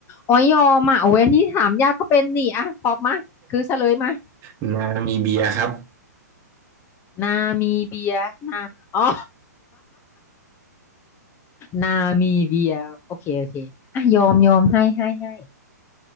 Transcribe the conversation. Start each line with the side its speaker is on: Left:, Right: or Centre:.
Left: อ๋อยอมอ่ะโอ้ยอันนี้ถามยากก็เป็นนี่อ่ะตอบมาคือเฉลยมา
Right: <laughs> นามีเบียครับ
Left: นามีเบียนาอ๋อ นามิเบียโอเคโอเคอ่ะยอมยอมให้ให้ให้